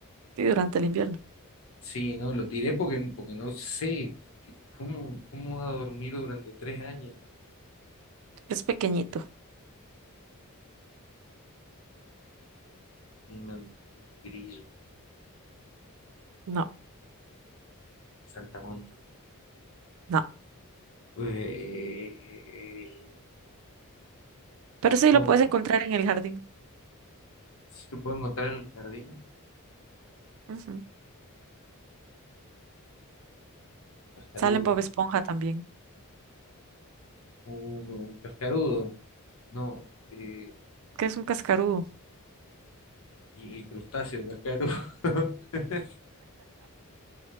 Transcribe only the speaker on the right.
Sí, durante el invierno.
Es pequeñito.
No.
No,
pero sí
lo puedes encontrar en el jardín.
Ujú.
Sale en Bob Esponja también,
que es un cascarudo.